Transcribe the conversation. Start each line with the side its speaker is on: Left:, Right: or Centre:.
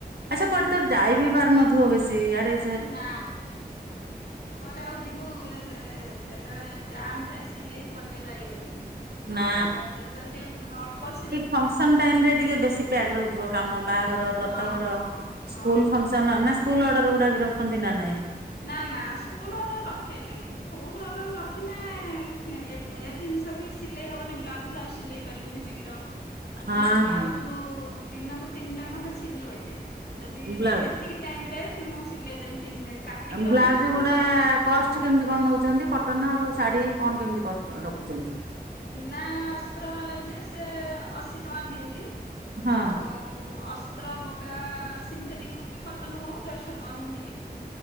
Right: ଆଚ୍ଛା କୁଆଡେ ତ ଯାଇ ବି ପାରୁନଥିବ ବେଶି। ଆଡ଼େ
Left: ନା କୁଆଡେ ଆଉ ଯିବୁ ଏ ସେ ଯେତେବେଳେ ଜାମ୍ ଥାଏ ସିଲେଇ କୁଆଡେ ଜାଇ ହଉନି।
Right: ନା
Left: ଆଉ ଯେତେବେଳେ ଟିକେ ଅଳ୍ପ ଶିଲ୍
Right: ଫଙ୍କସନ୍ ଟାଇମ ରେ ଟିକେ ବେଶୀ ପ୍ୟାକ ରହୁଥିବ କାମ। ବାହାଘର, ବ୍ରତଘର,
Left: ହଁ ହଁ ହଁ।
Right: ସ୍କୁଲ ଫଙ୍କସନ୍, ନା ସ୍କୁଲ ଅର୍ଡର ଗୁଡା ବି ରଖନ୍ତି ନା ନାଇଁ?
Left: ନା ନା ସ୍କୁଲ ଆଡର୍ ରଖେନି। ସ୍କୁଲ ରଖିଲେ ଏ ଜିନିଷ ବି ସିଲେଇ ହବନି। ବ୍ଲାଉଜ ଫ୍ଲାଉଜ ସିଲେଇ ପାରିବିନି ଶୀଘ୍ର।
Right: ହଁ
Left: ମୋର ବ୍ଲାଉଜ
Right: ହଁ
Left: ଦିନକୁ ତିନିଟା ଖଣ୍ଡେ ସିଲୁ ଏ ଦିଏ। ଯଦି
Right: ବ୍ଲାଉଜ
Left: ଏତିକି ଟାଇମ ରେ ମୁଁ ସିଲେଇ ଦେବି ତିନି। କାଟିକି
Right: ଆଉ ବ୍ଲାଉଜ
Left: ରଖିଥିନି ମୁଁ
Right: ଗୁଡା
Left: ତିନି
Right: କଷ୍ଟ କେମିତି କଣ ନଉଛନ୍ତି। କଟନ ଆଉ ଶାଢୀ କଣ କେମିତି କଷ୍ଟ ରଖୁଛନ୍ତି?
Left: ବିନା ଅସ୍ତ୍ର ବାଲା ଯେ ସେ ଅଶୀ ଟଙ୍କା ଦିଅନ୍ତି
Right: ହଁ
Left: ଆଉ ଅସ୍ତ୍ର ପକା ସିନ୍ଥେଟିକ୍ ହୋଉ କଟନ ହଉ ଦେଢଶହ ଟଙ୍କା ମୁଁ ନିଏ।